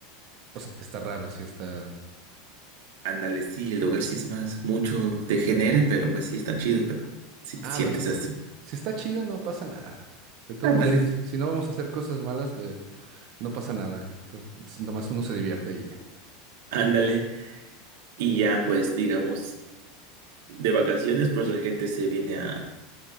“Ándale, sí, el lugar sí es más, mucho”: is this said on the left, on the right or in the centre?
Right